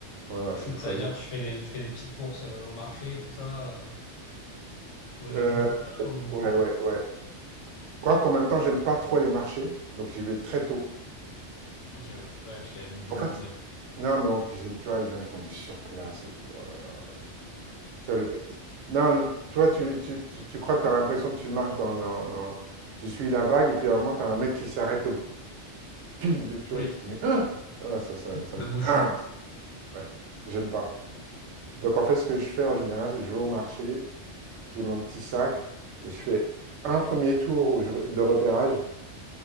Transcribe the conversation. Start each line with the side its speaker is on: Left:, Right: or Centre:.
Left: <laughs>
Right: Ouais, ouais,
Left: ça
Right: je vais choisir.
Left: veut dire que tu fais des, tu fais des petites courses euh, au marché, tout ça, euh, trouver
Right: Heu,
Left: des bons produits ou
Right: ouais, ouais, ouais. Quoique, en même temps, j'aime pas trop les marchés, donc j'y vais très tôt.
Left: OK, ouais. Ouais, parce qu'il y a vite du
Right: En
Left: monde.
Right: fait, non, mais en plus, j'aime- tu vois, les gens, ils font du surplace et tout. Oh là là, ça me- tu vois, le mec, il- non, le- tu vois, tu, tu, tu, tu crois que tu as l'impression que tu marches dans, dans, dans- Tu suis la vague, et puis à un moment, tu as un mec qui s'arrête au bo- pile de. Tu
Left: Oui,
Right: vois, tu te dis, mais. Ah, Ah, ça, ça, ça
Left: le
Right: me.
Left: bouchon.
Right: Ah, ouais, j'aime pas. Donc, en fait, ce que je fais en général, c'est que je vais au marché, j'ai mon petit sac, et je fais un premier tour où je re- de repérage,